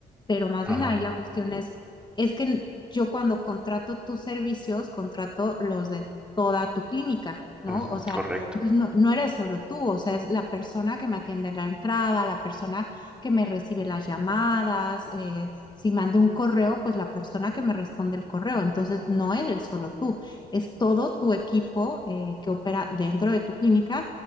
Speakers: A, on the left; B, in the centre.
A: pero más
B: Ajá,
A: bien ahí la cuestión es, es que n- yo cuando contrato tus servicios, contrato los de toda tu clínica, ¿no?
B: ujú,
A: O sea,
B: correcto.
A: pues no, no eres solo tú, o sea, es la persona que me atiende en la entrada, la persona que me recibe las llamadas, eh, si mandé un correo, pues la persona que me responde el correo. Entonces, no eres solo tú, es todo tu equipo eh, que opera dentro de tu clínica